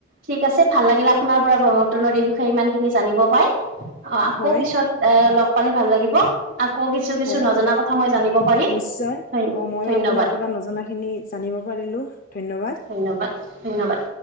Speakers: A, on the right; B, on the left.
A: ঠিক আছে ভাল লাগিল আপোনাৰ পৰা ব্ৰহ্মপুত্ৰ নদীৰ বিষয়ে ইমান খিনি জানিব পাই, অ', আকৌ
B: হয়
A: পিছত এ, লগ পালে ভাল লাগিব। আকৌ কিছু, কিছু
B: হয়
A: নজনা কথা মই জানিব পাৰিম,
B: নিশ্চয়
A: ধন,
B: অ ময়ো
A: ধন্যবাদ।
B: আপোনাৰ নজনা খিনি জানিব পাৰিলোঁ, ধন্যবাদ।
A: ধন্যবাদ, ধন্যবাদ।